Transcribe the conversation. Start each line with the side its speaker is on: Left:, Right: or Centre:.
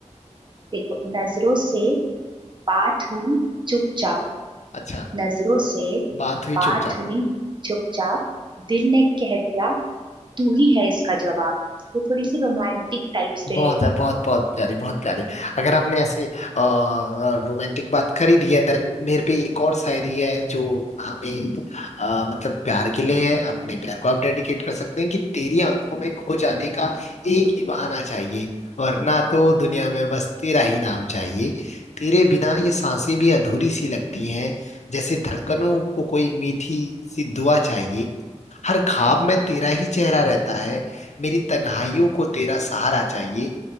Right: देखो नजरों से बात हुई चुपचाप
Left: अच्छा
Right: नजरों से
Left: बात हुई
Right: बात
Left: चुपचाप
Right: हुई चुपचाप दिल ने कह दिया तू ही है इसका जवाब वो थोड़ी सी रोमांटिक टाइप से
Left: बहुत है बहुत बहुत प्यारी बहुत प्यारी अगर आपने ऐसे रोमांटिक बात करी दी है देन मेरे पे एक और शायरी है जो हमें अ, मतलब प्यार के लिए है अपने प्यार को आप डेडिकेट कर सकते हैं कि तेरी आंखों में खो जाने का एक ही बहाना चाहिए वरना तो दुनिया में बस तेरा ही नाम चाहिए तेरे बिना ये सांसें भी अधूरी सी लगती हैं जैसे धड़कनों को कोई मीठी सी दुआ चाहिए हर ख्वाब में तेरा ही चेहरा रहता है मेरी तन्हाइयों को तेरा सहारा चाहिए